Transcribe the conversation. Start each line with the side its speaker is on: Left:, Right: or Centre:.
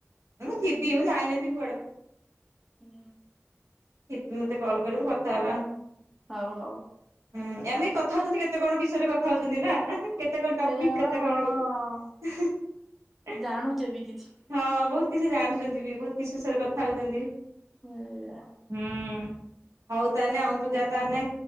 Right: ମୁଁ ଥିବି ମୁଁ ଯାଇନଥିବି କୁଆଡେ ମୁଁ।
Centre: ହୁଁ।
Right: ଥିବି ମତେ କଲ୍ କରିବୁ କଥା ହବା।
Centre: ହଉ ହଉ।
Right: ହୁଁ ଏମିତି କଥା ହଉଛନ୍ତି କେତେ କଣ ବିଷୟରେ କଥା ହଉଛନ୍ତି ନା। କେତେ କଣ ଟପିକ
Centre: ସେଇଆ
Right: କେତେ
Centre: ବା ହଁ
Right: କଣ ଇଏ।
Centre: ଜାଣୁଛେ ବି କିଛି।
Right: ହଁ ବହୁତ କିଛି ଜାଣୁଛନ୍ତି ବି ବହୁତ କିଛି ବିଷୟରେ କଥା ହଉଛନ୍ତି।
Centre: ହୁଁ।
Right: ହୁଁ ହଉ ତାହେଲେ ହଉ ତୁ ଯା ତାହେଲେ